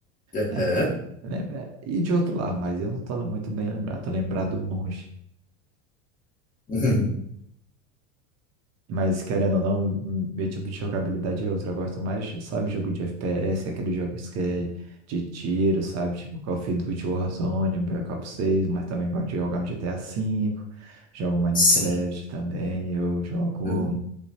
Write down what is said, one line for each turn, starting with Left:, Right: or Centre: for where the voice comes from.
Left: Aham.
Right: É, lembra? E de outro lado, mas eu não tô muito bem lembrado. Tô lembrado do monge.
Left: <laughs>
Right: Mas querendo ou não, hum, meu tipo de jogabilidade é outra. Eu gosto mais, sabe, jogo de FPS, aqueles jogos que é de tiro, sabe? Tipo Call of Duty Warzone, Black Ops 6, mas também gosto de jogar um GTA V, jogo Minecraft
Left: Sim.
Right: também, eu jogo
Left: Uhum.